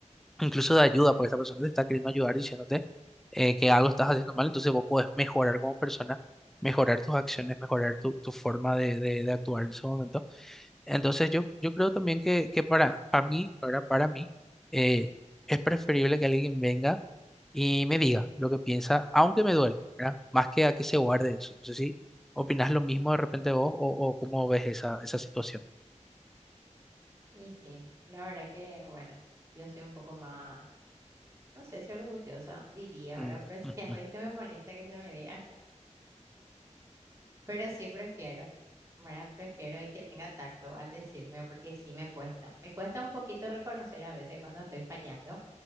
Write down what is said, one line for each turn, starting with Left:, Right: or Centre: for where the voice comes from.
Centre: incluso de ayuda, porque esta persona te está queriendo ayudar diciéndote eh, que algo estás haciendo mal, entonces vos podés mejorar como persona, mejorar tus acciones, mejorar tu, tu forma de, de de actuar en ese momento. Entonces yo, yo creo también que, que para, para mí, para, para mí, eh, es preferible que alguien venga y me diga lo que piensa, aunque me duela, ¿verdad? Más que a que se guarde eso. No sé si opinás lo mismo de repente vos o, o cómo ves esa, esa situación.
Right: Y sí, la verdad que, bueno, yo soy un poco más, no sé si orgullosa, diría, ¿verdad?
Centre: Mm,
Right: <laughs> Pero sí,
Centre: ujú,
Right: a veces me molesta que se me diga, pero sí prefiero, ¿verdad? Prefiero y que tenga tacto al decirme, porque sí me cuesta, me cuesta un poquito reconocer a veces cuando estoy fallando.